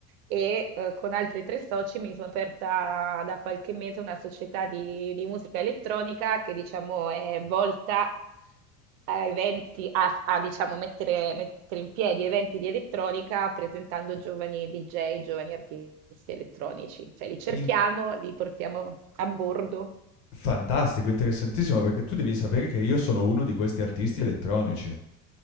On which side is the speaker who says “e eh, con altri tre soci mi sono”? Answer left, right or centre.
Right